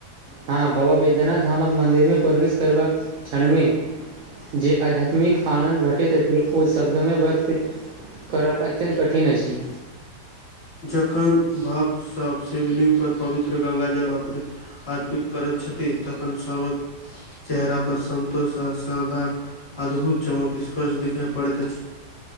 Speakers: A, on the right; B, on the left.
A: हँ बाबा बैद्यनाथ धामक मन्दिरमे प्रवेश करबाक क्षणमे जे आध्यात्मिक आनन्द भेटैत अछि, ओ शब्दमे व्यक्त करब अत्यन्त कठिन अछि।
B: जखन भक्तसभ शिवलिंग पर पवित्र गङ्गाजल अर्पित अर्पित करैत छथि, तखन सभहक चेहरापर सन्तोष आ श्रद्धाक अद्भुत चमक स्पष्ट देखाइ पड़ैत अछि।